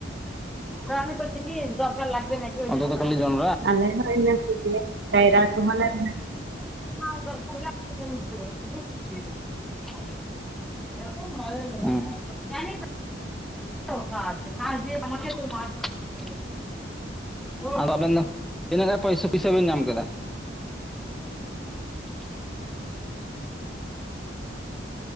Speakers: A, in the centre; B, on the right.
A: ᱛ ᱟᱢᱮ ᱠᱤ‌ᱴᱤᱯᱷᱤᱱ ᱫᱚᱨᱠᱟᱨ ᱞᱟᱜᱽᱱᱮᱱᱟ ᱠᱤ, ᱱᱤᱛᱳᱜ ᱫᱚ ᱠᱷᱟᱞᱤ ᱡᱚᱢ
B: ᱟᱞᱮ ᱦᱚᱸ ᱤᱱᱟᱹ ᱠᱚᱜᱮ ᱠᱟᱭᱨᱟ ᱠᱚᱦᱚᱸᱞᱮ ᱨᱚᱦ
A: <unintelligible> ᱦᱚᱸ <inaudible> <unintelligible> ᱟᱫᱚ ᱟᱵᱮᱱ ᱫᱚ ᱛᱤᱱᱟᱹᱜᱟᱱ ᱯᱚᱭᱥᱟ ᱯᱩᱭᱥᱟᱹ ᱵᱮᱱ ᱧᱟᱢ ᱠᱮᱫᱟ? <inaudible>